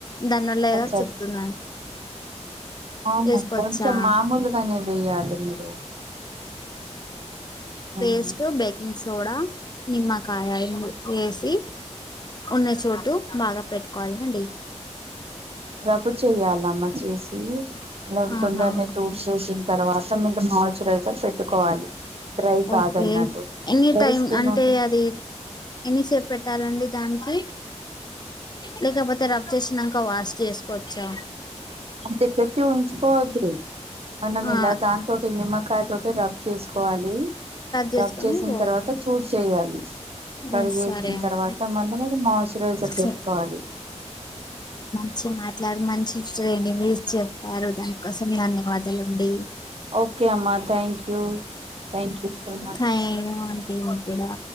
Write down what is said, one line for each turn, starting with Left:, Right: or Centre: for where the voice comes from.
Left: దానివల్ల
Right: అచ్చ
Left: గా చెప్తున్నాను
Right: అవునా
Left: వేసుకోవచ్చా
Right: కొంచెం మామూలుగానే వేయాలి మీరు అవునా
Left: పేస్ట్ బేకింగ్స్ సోడ, నిమ్మకాయ వేసి ఉన్న చోటు బాగా పెట్టు కోలనండి
Right: క్కు చెయ్యాలమ్మా చేసి అలా
Left: ఆహా
Right: తొందరనే తోడు చేసిన తర్వాత మత్తం మీ మార్చరైజర్ పెట్టుకోవాలి డ్రై కాదన్నట్టు
Left: ఓకే ఎనీ
Right: డ్రై
Left: టైమ్
Right: స్కిన్
Left: అంటే
Right: ఉంటే
Left: అది ఎన్నిసేపు పెట్టాలండి దానికి లేకపోతే రబ్ చేసినాక వాష్ చేసుకోవచ్చా
Right: అంతటీటున్ పోద్దు మనం
Left: ఆ
Right: ఇలా దాని తోటి నిమ్మకాయ తోటి రబ్ చేసుకోవాలి.
Left: చేసుకొని
Right: రబ్ చేసిన
Left: ఓ
Right: తర్వాత చూడ్ చేయాలి.
Left: హ్మ్.
Right: కడిగేసిన
Left: సరే అండి.
Right: తర్వాత మళ మాయిచరైజర్ పెట్టుకోవాలి.
Left: సరే మచ్చి మాట్లాడు మంచి ఇస్తుందిండి మీరు చెప్పారు దానికోసం ధన్యవాదాలు అండి.
Right: ఓకే అమ్మా thank you thank you so much
Left: time అండి మీక్కుడా